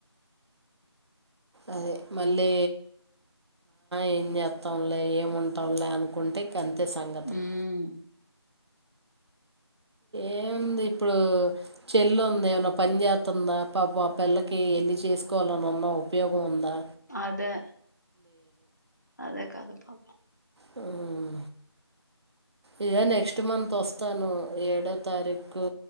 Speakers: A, on the right; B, on the left.
A: అదే మళ్ళీ ఏం చేస్తాంలే ఏమంటాంలే అనుకుంటే ఇంకంటి సంగతులు
B: ఉమ్
A: ఏముంది ఇప్పుడు చెల్లీ ఉంది ఏమన్న పని చేస్తుందా పాపం ఆపిల్లకి ఎళ్లి చేసుకోవాలనున్న ఉపయోగం ఉందా
B: అదే అదే కథ పా
A: హ్మ్ ఇదో నెక్స్ట్ మంత్ వస్తాను ఏడో తారీఖు